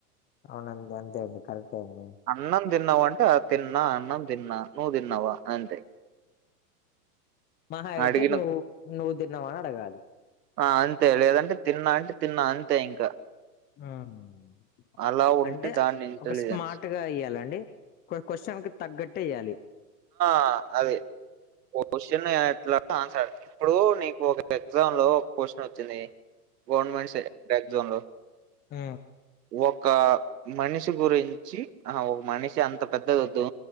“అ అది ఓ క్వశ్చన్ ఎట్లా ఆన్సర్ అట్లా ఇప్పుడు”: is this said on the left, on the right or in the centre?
Right